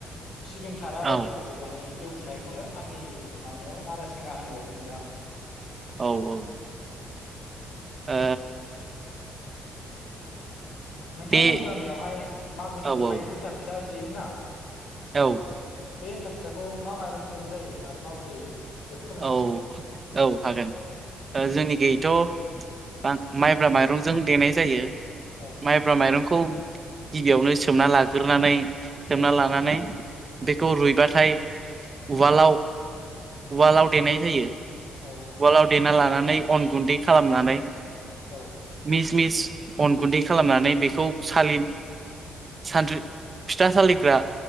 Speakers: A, on the left; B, on the right.
A: सिबिं थारा
B: औ
A: बायदि माने एवखुनायखौनो आंनि माबानायाव नारासिंहा होनो बायदि मोनदों आङो
B: औ औ ओ
A: नोंथांमोननि
B: बे
A: गामियावहाय मागो
B: औ
A: समावहाय
B: औ
A: एन्थाब फिथा देयोना
B: औ
A: बे एन्थाब फिथाखौ मा माइरंजों देनाय जायो आरो माब्रै देयो बेखौ फोरमायनो
B: औ
A: हागोन नामा
B: औ हागोन जोंनि गैयैथ माइब्रा माइरंजों देनाय जायो
A: औ
B: माइब्रा माइरं खौ गिबियावनो सोमना लाग्रोनानै सोमना
A: औ
B: लानानै बेखौ रुइबाथाय उवालाव उवालाव देनाय जायो उवालाव
A: औ
B: देना लानानै अन गुन्दै खालामनानै
A: औ
B: मिस मिस अन गुन्दै खालामनानै बेखौ सालि सानद्रि फिथा सालिग्रा